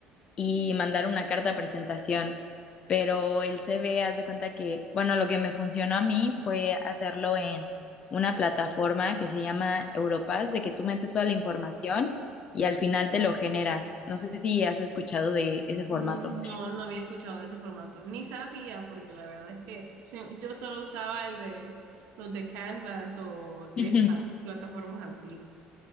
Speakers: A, on the left (about 30°); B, on the right (about 70°).
A: y mandar una carta de presentación. Pero el CV, haz de cuenta que, bueno, lo que me funcionó a mí fue hacerlo en una plataforma que se llama Europass, de que tú metes toda la información y al final te lo genera. No sé si has escuchado de ese formato.
B: Mm, No, no había escuchado de ese formato, ni sabía, porque la verdad es que sí, yo solo usaba el de los de Canvas o de
A: <laughs>
B: estas plataformas así.